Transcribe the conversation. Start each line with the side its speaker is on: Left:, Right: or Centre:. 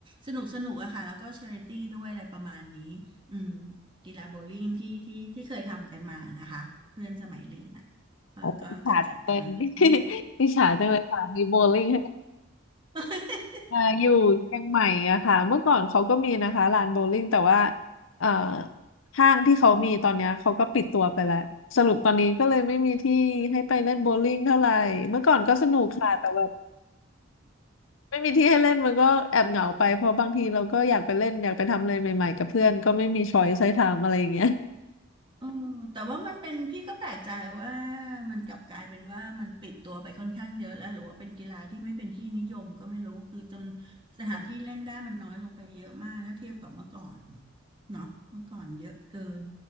Right: สนุกสนุกอะค่ะแล้วก็ชาริตี้ด้วยอะไรประมาณนี้อืม กีฬาโบว์ลิ่งที่ที่ที่เคยทำกันมานะคะเพื่อนสมัยเรียนอ่ะก็ก็ก็จัดกันมาเล่นี่
Left: โอ้อิจฉาจังเลย <laughs> อิจฉาจังเลยค่ะมีโบว์ลิ่งให้
Right: <laughs> น
Left: เอ่ออยู่เชียงใหม่อะค่ะเมื่อก่อนเขาก็มีนะคะลานโบว์ลิ่งแต่ว่าเอ่อห้างที่เขามีตอนเนี้ยเขาก็ปิดตัวไปแล้วสรุปตอนนี้ก็เลยไม่มีที่ให้ไปเล่นโบว์ลิ่งเท่าไหร่เมื่อก่อนก็สนุกค่ะแต่แบบไม่มีที่ให้เล่นมันก็แอบเหงาไปเพราะบางทีเราก็อยากไปเล่นอยากไปทำอะไรใหม่ๆกับเพื่อนก็ไม่มีช้อยส์ให้ทำอะไรอย่างเงี้ย
Right: เออแต่ว่ามันเป็นพี่ก็แปลกใจว่ามันกลับกลายเป็นว่ามันปิดตัวไปค่อนข้างเยอะแล้วหรือว่าเป็นกีฬาที่ไม่เป็นที่นิยมก็ไม่รู้คือจำสถานที่เล่นได้มันน้อยลงไปเยอะมากถ้าเทียบกับเมื่อก่อนเนาะเมื่อก่อนเยอะเกิน